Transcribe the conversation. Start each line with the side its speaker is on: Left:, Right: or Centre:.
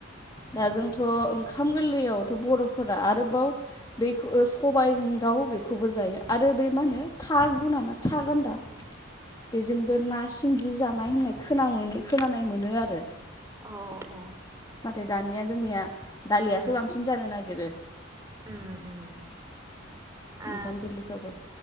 Left: दा जोंथ' ओंखाम गोरलैयावथ' बर'फोरा आरोबाव <unintelligible> खौ सबायजों दा व बेखौबो जायो आरो बे मा होनो था गुना ना था गान्दा बेजोंबो ना सिंगि जानाय होननाय खोना मोनो खोनानाय मोनो आरो।
Right: अ अ
Left: नाथाय दानिया जोंनिया दालियासो
Right: उम
Left: बांसिन जानो नागिरो।
Right: उम उम आ
Left: ओंखाम गोरलैबाबो